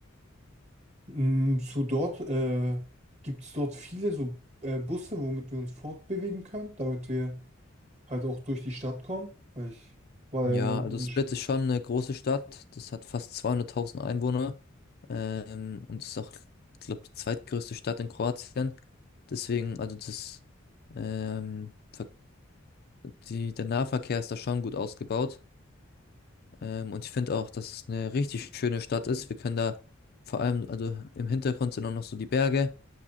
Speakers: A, on the right (about 35°); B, on the left (about 50°).
A: Mm, zu dort, äh, gibt es dort viele so äh, Busse, womit wir uns fortbewegen können, damit wir halt auch durch die Stadt kommen. Weil ich war
B: Ja,
A: ja noch
B: also
A: nicht.
B: Split ist schon eine große Stadt. Das hat fast 200.000 Einwohner. Ähm, und ist auch, glaube die zweitgrößte Stadt in Kroatien. Deswegen, also das, ähm, Ver- die, der Nahverkehr ist da schon gut ausgebaut. Ähm, und ich finde auch, dass es eine richtig schöne Stadt ist. Wir können da vor allem, also im Hintergrund sind auch noch so die Berge.